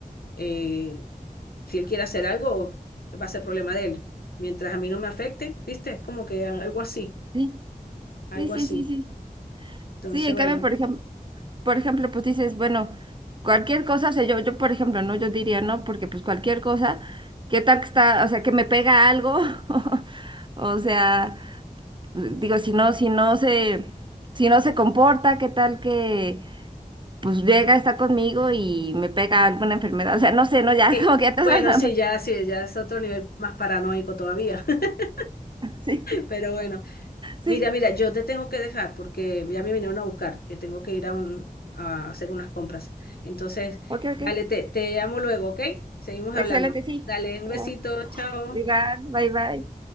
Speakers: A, on the left; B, on the right.
A: eh, si él quiere hacer algo, va a ser problema de él. Mientras a mí no me afecte, ¿viste? Es como que algo así,
B: sí,
A: algo
B: sí, sí,
A: así.
B: sí, sí.
A: Entonces,
B: Sí, en
A: bueno.
B: cambio, por ejemplo. por ejemplo, pues dices, bueno, cualquier cosa, o sea, yo, yo, por ejemplo, ¿no? Yo diría, no, porque pues cualquier cosa, ¿qué tal que está, o sea, que me pega algo? <laughs> O sea, pues, digo, si no, si no se, si no se comporta, ¿qué tal que pues llega, está conmigo y me pega alguna enfermedad? O sea, no sé, no, ya,
A: Sí,
B: <laughs> como que ya te
A: Bueno,
B: vas a-
A: sí, ya, sí, ya es otro nivel más paranoico todavía. <laughs>
B: <laughs> Sí,
A: Pero bueno,
B: sí,
A: mira, mira, yo te tengo que dejar porque ya me vinieron a buscar, que tengo que ir a, un, a hacer unas compras. Entonces,
B: ok, ok.
A: dale, te, te llamo luego, ¿ok? Seguimos
B: Excelente,
A: hablando.
B: sí.
A: Dale, un besito,
B: Ah,
A: chao.
B: Igual, bye, bye.